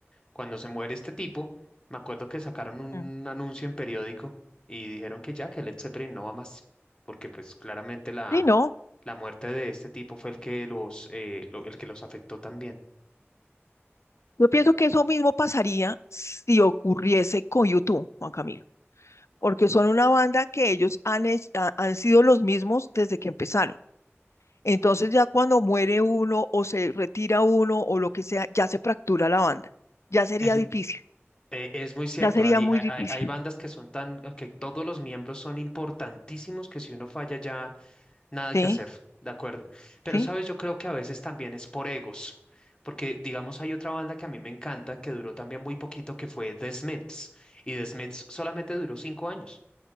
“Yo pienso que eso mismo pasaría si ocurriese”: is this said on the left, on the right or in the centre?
Left